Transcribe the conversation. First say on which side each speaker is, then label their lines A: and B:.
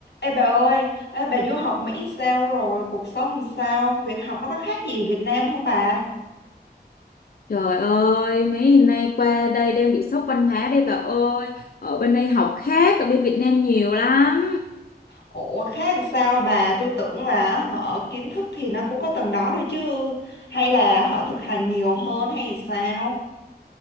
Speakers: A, on the left (about 85°); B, on the left (about 60°).
A: Ê bà ơi, ê, bà du học Mỹ sao rồi? Cuộc sống làm sao? Việc học nó có khác gì Việt Nam không bà?
B: Trời ơi, mấy ngày nay qua đây đang bị sốc văn hóa đây bà ơi. Ở bên đây học khác, ở bên Việt Nam nhiều lắm.
A: Ủa khác làm sao bà? Tôi tưởng là họ kiến thức thì nó cũng có từng đó thôi chứ. Hay là họ thực hành nhiều hơn hay sao?